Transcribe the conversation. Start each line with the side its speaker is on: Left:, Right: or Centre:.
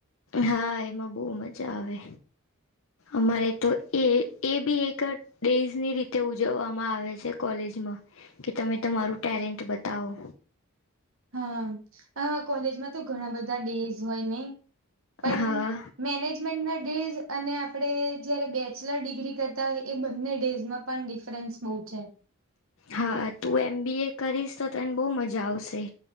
Left: હા, એમાં બહુ મજા આવે. અમારે તો એ, એ, બી, એક. ડેઝની રીતે ઉજવવામાં આવે છે, કોલેજમાં. કે તમે તમારું ટેલેન્ટ બતાવો.
Right: હા, કોલેજમાં તો ઘણા બધા ડેઝ હોય ને. પણ
Left: હા
Right: મેનેજમેન્ટના ડેઝ, અને આપણે જયારે બેચલર ડિગ્રી કરતા હોય, એ બંને ડેઝમાં પણ ડિફરન્સ બહુ છે.
Left: હા, તું એમ બી એ કરીશ, તો તને બહુ મજા આવશે,